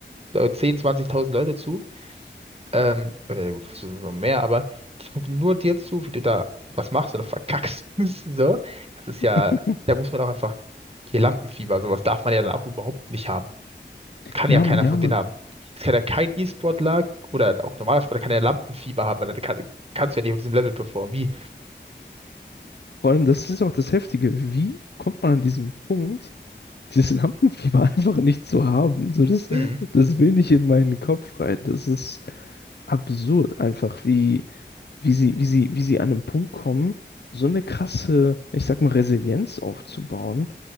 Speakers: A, on the right; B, on the left.
A: äh, 10, 20.000 Leute zu Ähm, oder ja gut, es sind noch mehr, aber die gucken nur dir zu, wie du da was machst oder verkackst. <laughs> So, das ist
B: <laughs>
A: ja, da muss man auch einfach, hier Lampenfieber, sowas darf man ja dann auch überhaupt nicht haben. Kann
B: Ja,
A: ja keiner
B: Mann, ja,
A: von
B: Mann.
A: denen haben. Es kann ja kein E-Sportler oder auch normaler Sportler kann ja Lampenfieber haben, weil da kann, kannst du ja nicht auf diesem Level performen. Wie?
B: Vor allem, das ist auch das Heftige. Wie kommt man an diesen Punkt, dieses Lampenfieber <laughs> einfach nicht zu haben? So, das,
A: Mhm.
B: das will nicht in meinen Kopf rein. Das ist absurd einfach, wie, wie sie, wie sie, wie sie an einen Punkt kommen, so eine krasse, ich sag mal, Resilienz aufzubauen,